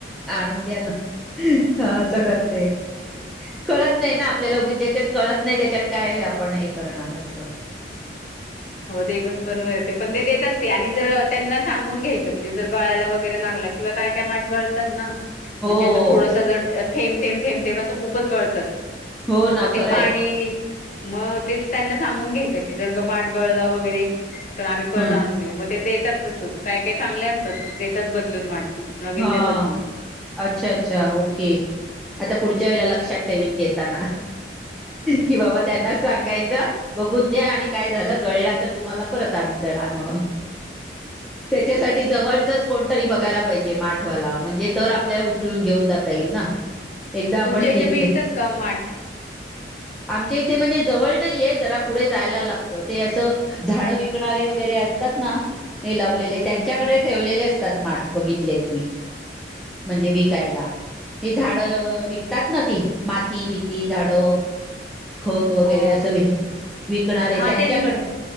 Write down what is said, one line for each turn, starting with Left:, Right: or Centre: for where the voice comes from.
Centre: आणून द्या ना ह असं करते कळत नाही ना आपल्याला उगी ज्याच्यात कळत नाही त्याच्यात काय आपण हे करणार असं
Left: हो ते पण बरोबर आहे ते पण ते देतात ते आणि जर त्यांना सांगून घ्यायचं म्हणजे जर गळायला वगैरे लागला किंवा काय काय माट गळतात ना म्हणजे
Centre: हो
Left: असं थोडस थेंब थेम थेब थेम असं खूपच गळतात
Centre: हो ना
Left: मग
Centre: खरंय
Left: ते पाणी मग ते त्यांना सांगून घ्यायचं कि जर ग गळला वगैरे तर आम्ही परत
Centre: ह
Left: आणून देऊ मग ते देतात तसं काय काय चांगले असतात देतात बदलून माठ नवीन
Centre: हा
Left: देतात मग.
Centre: अच्छा अच्छा ओके आता पुढच्या वेळेला ल लक्षात ठेवेन घेताना कि बाबा त्यांनाच सांगायच बघून द्या आणि काय झालं गळलं तर तुम्हाला परत आणून देणार म्हणून त्याच्यासाठी जवळचच कोणतरी बघायला पाहिजे ते माठवाला म्हणजे तर आपल्याला उचलून घेऊन जात येईल ना एकदा आपण
Left: तुमच्या
Centre: घेतले
Left: इथे मिळतात का माठ?
Centre: आमच्या इथे म्हणजे जवळ नाहीय जरा पुढे जायला लागतं ते असं झाड विकणारे वगैरे ते असतात ना हे लावलेले
Left: हम्म
Centre: त्यांच्याकडे ठेवलेले असतात माठ बघितले मी म्हणजे विकायला हे झाडं विकतात ना ती माती बिती झाडं खत वगैरे
Left: अ
Centre: असं विकणारे
Left: हा
Centre: त्यांच्याकडे
Left: ते